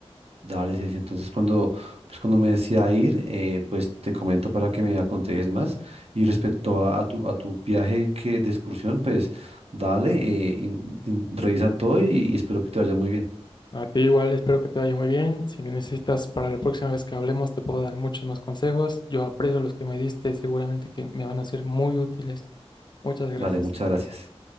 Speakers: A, on the right; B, on the left.
A: Dale, Sergio. Entonces, cuando, pues, cuando me decía ir, eh, pues te comento para que me aconsejes más. Y respecto a, a tu, a tu viaje que, de excursión, pues dale, eh, in- in- revisa todo y y espero que te vaya muy bien.
B: A ti igual, espero que te vaya muy bien. Si me necesitas para la próxima vez que hablemos, te puedo dar muchos más consejos. Yo aprecio los que me diste, seguramente que me van a ser muy útiles. Muchas gracias.
A: Dale, muchas gracias.